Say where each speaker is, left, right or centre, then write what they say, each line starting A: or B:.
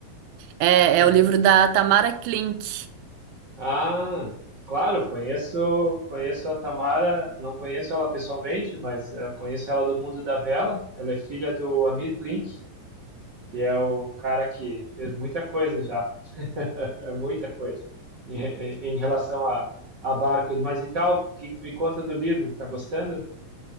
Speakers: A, on the right; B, on the right.
A: É,
B: Uhum.
A: é o livro da Tamara Klink.
B: Ah, claro, conheço, conheço a Tamara, não conheço ela pessoalmente, mas eh, conheço ela do mundo da vela. Ela é filha do Amir Klink, que é o cara que fez muita coisa já, <laughs> muita coisa em, em- em relação a, a barcos. Mas e tal, o que que me conta do livro? Tá gostando?